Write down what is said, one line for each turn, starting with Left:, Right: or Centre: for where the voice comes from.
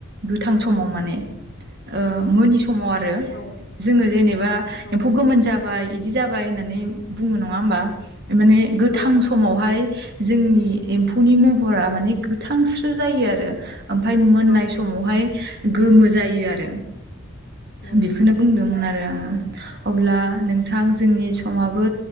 Right: गोथां समाव माने ओ मोनि समाव आरो
Left: औ
Right: जोङो जेनेबा
Left: औ
Right: एम्फौ गोमोन जाबाय इदि जाबाय जाबाय होननानै बुङो नङा होमबा? माने गोथां
Left: औ
Right: समावहाय जोंनि एम्फौनि महरा माने गोथांस्रो जायो आरो ओमफ्राय मोननाय
Left: औ
Right: समावहाय गोमो जायो आरो
Left: औ
Right: बेखौनो बुंदोंमोन आरो आरो आङो अब्ला नोंथां जोंनि समाबो